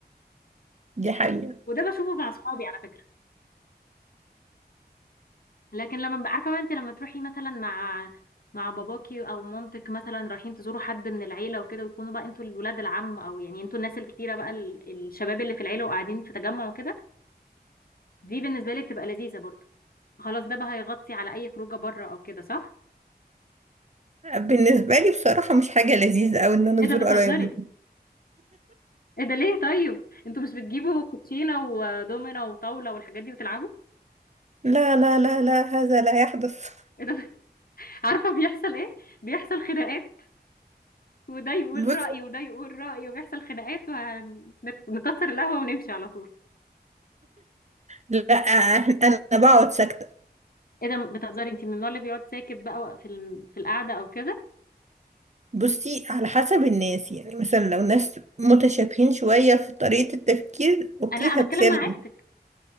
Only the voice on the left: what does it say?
وده بشوفه مع اصحابي على فكره لكن لما بقى- عارفه بقى انت لما تروحي مثلا مع مع باباكي او مامتك مثلا رايحين تزوروا حد من العيله وكده ويكونوا بقى انتوا الولاد العم او يعني انتوا الناس الكتيره بقى ال- الشباب اللي في العيله وقاعدين في تجمع وكده دي بالنسبه لي بتبقى لذيذه برضه خلاص ده بقى هيغطي على اي خروجه بره او كده صح
ايه
ده بتهزري
ايه ده ليه طيب انتوا مش بتجيبوا كوتشينه ودومينه وطاوله والحاجات دي وتلعبوا
ايه ده عارفة بيحصل ايه؟ بيحصل خناقات وده يقول
رأيه وده يقول رأيه وبيحصل خناقات ونكسر القهوة ونمشي على طول
ايه ده بتهزري انت من النوع اللي بيقعد ساكت بقى في ال- في القعدة او كده
انا لا انا
بتكلم مع عيلتك